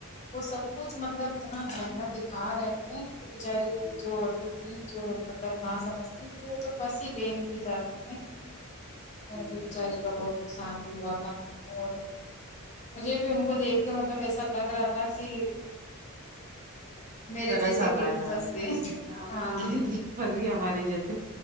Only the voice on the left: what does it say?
وہ سب کچھ مطلب اتنا مہننا دکھا رہے تھے تو بچاری
جو ہوتی جو مطلب نہ سمجھتی پھر وہ تو پنس ہی گئی ان کے جسے میں وہ
بچاری
کا بہت نقصان بھی ہوا تھا اور مجھے بھی ان کو دیکھ مطلب ایسا لگ رہا تھا کہ میرے
جیسے ہی
گٹ
پھنس گئے
ہاں